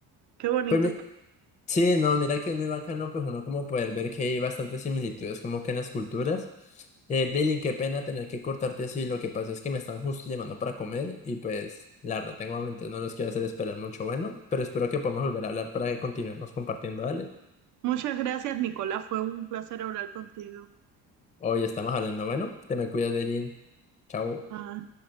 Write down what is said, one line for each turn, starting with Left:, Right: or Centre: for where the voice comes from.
Right: Qué bonito.
Left: Pues Sí, no, mira que es muy bacano, pues uno como poder ver que hay bastantes similitudes como que en las culturas. Eh, Dylan, qué pena tener que cortarte así, lo que pasa es que me están justo llamando para comer y pues la verdad tengo hambre, entonces no los quiero hacer esperar mucho, bueno, pero espero que podamos volver a hablar para que continuemos compartiendo, dale.
Right: Muchas gracias, Nicolás. Fue un placer hablar contigo.
Left: Hoy estamos hablando, bueno, te me cuidas, Dylan, chao.
Right: Ah,